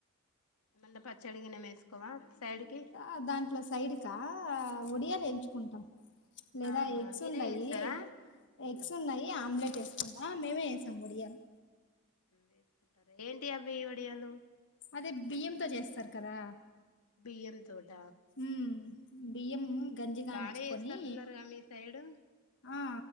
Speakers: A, on the left; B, on the left.
A: ఏమన్నా పచ్చడి గిన వేసుకోవా సైడ్ కి
B: ఆ దాంట్లో సైడ్కా ఒడియాలు ఎంచుకుంటాం లేదా
A: ఆహా
B: ఎగ్స్
A: మీరే
B: ఉంటయి
A: చేస్తారా
B: ఎగ్స్ ఉన్నాయి ఆమ్లెట్ వేసుకుంటా మేమే వేసాం బొడియలు
A: వేసుకుంటారు ఏంటి అవి వడియాలు
B: అదే బియ్యంతో చేస్తారు కదా
A: బియ్యలు తోలి
B: ఉమ్ బియ్యం గంజిగాంచుకొని
A: బానే వస్తట్టున్నారుగా మీ సైడు
B: ఆ